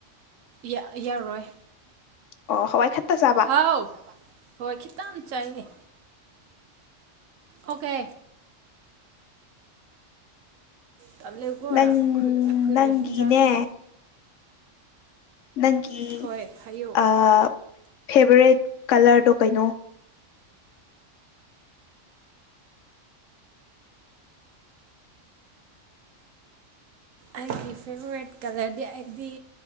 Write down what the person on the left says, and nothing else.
ꯑꯣ ꯍꯋꯥꯏ ꯈꯠꯇ ꯆꯥꯕ
ꯅꯪ
ꯅꯪꯒꯤꯅꯦ
ꯅꯪꯒꯤ
ꯑ ꯐꯦꯚꯣꯔꯥꯏꯠ ꯀꯂꯔꯗꯣ ꯀꯩꯅꯣ <inaudible>